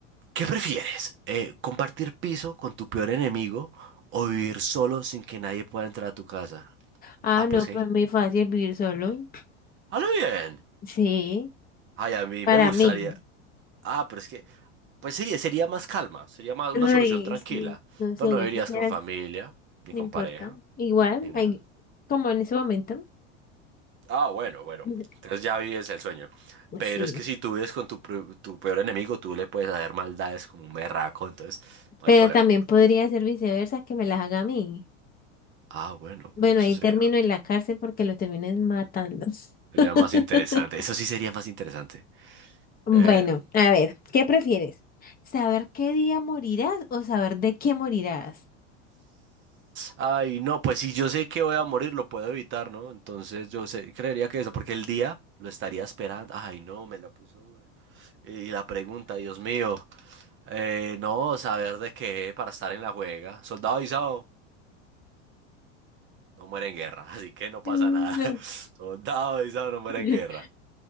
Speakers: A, on the right; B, on the left.
A: ¿qué prefieres? Eh, ¿compartir piso con tu peor enemigo o vivir solo sin que nadie pueda entrar a tu casa?
B: Ah,
A: Ah,
B: no,
A: pero es que...
B: para mí es fácil vivir solo.
A: ¡Halo bien!
B: Sí,
A: Ay, a mí
B: para
A: me gustaría...
B: mí.
A: Ah, pero es que... Pues sí, sería más calma, sería más una
B: Ay,
A: solución tranquila.
B: sí, no
A: Pero
B: sé,
A: no vivirías
B: yo quisiera,
A: con familia, ni
B: no
A: con
B: importa.
A: pareja,
B: Igual,
A: ni nada.
B: hay- como en ese momento.
A: Ah, bueno, bueno.
B: <clears throat>
A: Entonces ya vives el sueño. Pero
B: Sí,
A: es que si tú vives con tu, pr- tu peor enemigo, tú le puedes hacer maldades como un berraco, entonces no
B: pero
A: hay problema.
B: también podría ser viceversa que me las haga a mí.
A: Ah, bueno,
B: Bueno,
A: pero eso
B: ahí
A: sería,
B: termino en la cárcel porque lo terminen matando.
A: sería
B: <laughs>
A: más interesante. Eso sí sería más interesante.
B: Bueno,
A: Eh,
B: a ver, ¿qué prefieres? ¿Saber qué día morirás o saber de qué morirás?
A: ay, no, pues si yo sé que voy a morir, lo puedo evitar, ¿no? Entonces yo sé- creería que eso, porque el día lo estaría esperando. Ay, no, me la puso dura. Y la pregunta, Dios mío. Eh, no, saber de qué para estar en la juega. Soldado avisado. no muere en guerra, <laughs> así que no pasa
B: Mm,
A: nada.
B: No.
A: <laughs> Soldado avisado no muere
B: <laughs>
A: en guerra.